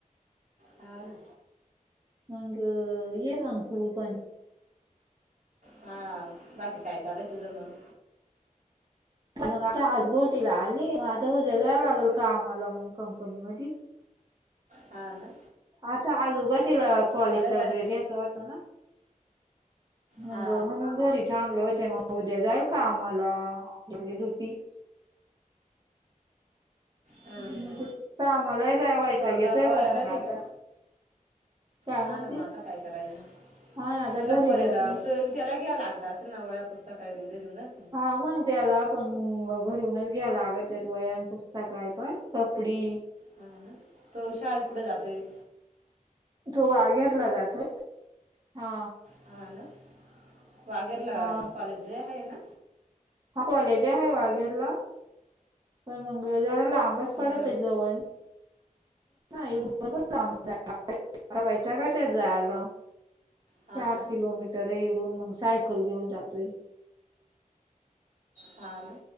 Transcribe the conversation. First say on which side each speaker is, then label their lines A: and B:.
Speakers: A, on the right (about 60°); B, on the right (about 30°).
A: हा ना
B: मग अ ये मग तू पण
A: हां बाकी काय चालु ये तुझं मग
B: पण मग आता आज घोरटीला आली मग आता उद्या जाय लागल कामाला मग कंपनी मधी
A: हा ना
B: आता आजू कशी कॉलेजचा
A: बरं बात
B: ड्रेस घ्यायचा होता ना मग
A: हा
B: म्हणून घरी थांबले होते मग उद्या जाईल कामाला आपली आपली ड्युटी
A: अं,
B: म्हणजे कामाला ही जाया वैताग
A: पोरगा
B: येतोय
A: पोरायला
B: पण मग
A: बी
B: आता
A: घे
B: काय
A: हा
B: म्हणती
A: ना मग आता काय करायचं?
B: हा आता
A: म्हणला
B: घरी
A: पोऱ्याला
B: बसून
A: तूय बी त्याला ही घ्याय लागत आसल ना वया पुस्तकाय बी घरूनच
B: हा मग त्याला पण घरूनच घ्याला अगत त्यात वयान पुस्तकय पण कपडी
A: हा ना तो शाळेला कुठे जातोय एक
B: तो वाघेरला जातोय हा
A: हा ना वाघेरला
B: हा
A: कॉलेजे आहे ना
B: हा कॉलेज आहे वाघेरला पण मग जरा लांबच
A: मग
B: पडत आहे जवळ एवड बोलयचं का ते जायला
A: हा
B: चार
A: ना
B: किलोमीटर इडून मग सायकल घेऊन जातोय
A: हा ना